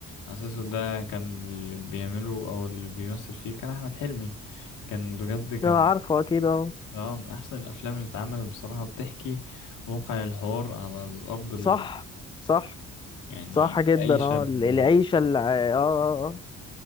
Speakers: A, on the left; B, on the left.
A: عسل اسود ده كان اللي بيعمله او اللي بيمثل فيه كان احمد حلمي كان بجد كان
B: ده عارفه
A: من-
B: اكيد اه
A: اه من احسن الافلام اللي اتعملت بصراحة بتحكي واقع الحوار على الارض ال...
B: صح صح
A: يعني
B: صح جدا
A: اي
B: اه
A: شاب
B: العيشه
A: عموما
B: اللي اه آه، آه.